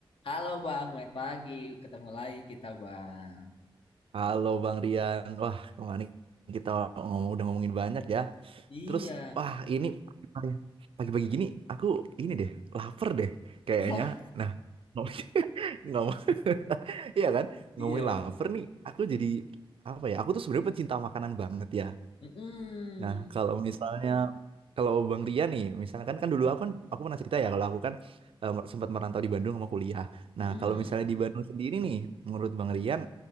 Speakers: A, on the left; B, on the right.
A: Halo Bang, selamat pagi. Ketemu lagi kita Bang.
B: Halo Bang Rian, wah kemarin kita ngomong udah ngomongin banyak ya.
A: Iya.
B: Terus wah ini pagi-pagi pagi-pagi gini aku ini deh lapar deh kayaknya.
A: Wah,
B: Nah <laughs> ngomong, <laughs> iya kan ngomongin
A: iya bener.
B: lapar nih. Aku jadi apa ya? Aku tuh sebenarnya pecinta makanan banget ya.
A: Mm-mm.
B: Nah, kalau misalnya kalau Bang Rian nih, misalkan kan kan dulu aku kan aku pernah cerita ya kalau aku kan eh, mer- sempat merantau di Bandung sama kuliah.
A: Mm-mm.
B: Nah, kalau misalnya di Bandung sendiri nih, menurut Bang Rian,